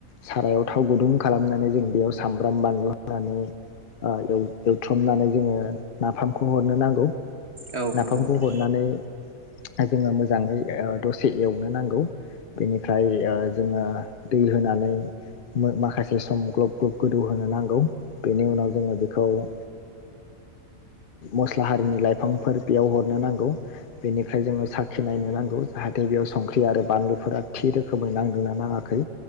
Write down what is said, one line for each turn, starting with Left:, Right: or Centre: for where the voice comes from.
Left: सारायाव थाव गुदुं खालामनानै जों बेयाव सामब्राम, बानलु होनानै ओ एवथ्रमनानै जोङो नाफामखौ हरनो नांगौ
Right: औ
Left: नाफामखौ
Right: नंगौ नोंथां
Left: हरनानै जोङो मोजाङै दसे एवनो नांगौ बेनिफ्राय जोङो दै होनानै माखासे सम ग्लब ग्लब गोदौ होनोनो नांगौ बेनि उनाव जोङो बेखौ ओ मस्ला हारिनि लाइफांफोर बेयाव हरनो नांगौ बेनिफ्राय जोङो साखि नायनो नांगौ जाहाथे बेयाव संख्रि आरो बानलुफोरा थि रोखोमै नांदोंना नाङाखै